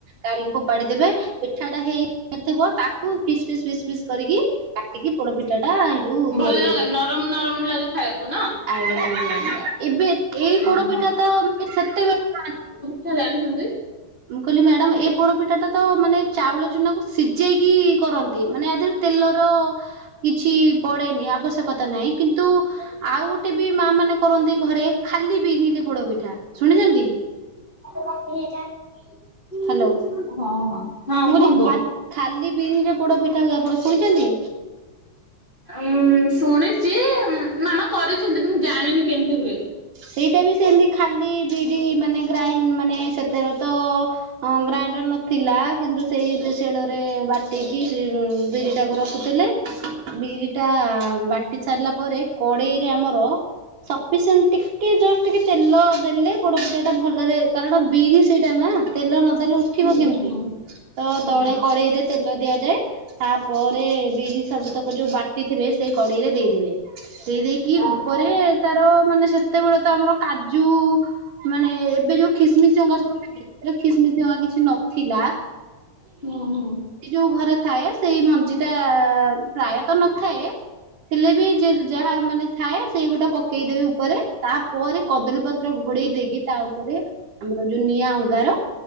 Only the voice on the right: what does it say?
କାଢିକି ଫୋପାଡିଦେବେ। ପିଠା ଟା ହେଇଥିବ ତାକୁ ଫିସ୍ ପିସ୍ ଫିସ୍ ପିସ୍ କରିକି କାଟିକି ପୋଡ ପିଠା ଟା- ତିଆରି
ଆ୍ ଆଜ୍ଞା ଆଜ୍ଞା ଏବେ ଏଇ ପୋଡପିଠା
ତ ସେତେବେଲେ ଖାଆନ୍ତି।
ମୁଁ କହିଲି ମ୍ୟାଡାମ ଏ ପୋଡପିଠା ଟା ତ ମାନେ ଚାଉଳ ଚୁନାକୁ ସିଯେଇକି କରନ୍ତି ମାନେ ଆ ଦେହରେ- ତେଲର କିଛି ପଡେନି ଆବଶ୍ୟକତା ନାହିଁ। କିନ୍ତୁ, ଆଉ ଗୋଟେ ବି ମା ମାନେ କରନ୍ତି ଘରେ ଖାଲି ବିରି ପୋଡ ପିଠା ଶୁଣିଛନ୍ତି।
ହ୍ୟାଲୋ
ମୁଁ
କହିଲି
ଖାଲି ବିରିରେ ପୋଡ ପିଠା ହୁଏ ଆପଣ ଶୁଣିଛନ୍ତି?
ସେଇଟା ବି ସେମିତି ଖାଲି ବିରି ମାନେ ଗ୍ରାଇଣ୍ଡ ମାନେ ସେତେବେଳେ ତ ହଁ ଗ୍ରାଇଣ୍ଡର ନଥିଲା କିନ୍ତୁ ସେଇଠି ଶିଳରେ ବାଟିକି <inaudible> ବିରି ତାକୁ ରଖୁଥିଲେ ବିରିଟା ବା କଟି ସାରିଲା ପରେ କଡେଇରେ ଆମର ସିପିସେଣ୍ଟ ଟିକ ଟେ ଜଷ୍ଟ ଟିକେ ତେଲ ଦେଲେ ପୋଡପିଠାଟା ଭଲରେ କାରଣ ବିରି ସେଇଟା ନା ତେଲ ନଦେଲେ ଉଠିବ
କେମିତି
ତ
ତଳେ କଡେଇରେ ତେଲ ଦିଆଯାଏ ତାପରେ ବିରି ସବୁତକ ଯୋଉ ବାଟିଥିବେ ସେଇ କଡେଇରେ ଦେଇଦେବେ ଦେଇ ଦେଇ କି
ଉପରେ ତାର ମାନେ ସେତେବେଳେ ତ ଆମର କାଜୁ ମାନେ ଏବେ ଯୋଉ ଖିସମିସିଙ୍ଗା ସବୁ <inaudible> ଖିସମିସିଙ୍ଗା କିଛି ନଥିଲା
ଏ ଯୋଉ ଘରେ ଥାଏ ସେଇ ମଞ୍ଜି ଟା ପ୍ରାୟତ ନଥାଏ ହେଲେ ବି ଯେ ଯାହା ମାନେ ଥାଏ ସେଇଗୋଟା ପକେଇଦେବେ ଉପରେ ତାପ ପରେ କଦଳୀ ପତ୍ର ଘୋଡେଇ ଦେଇକି ତା ଉପରେ ଆମର ଯୋଉ ନିଆଁ ଅଙ୍ଗାର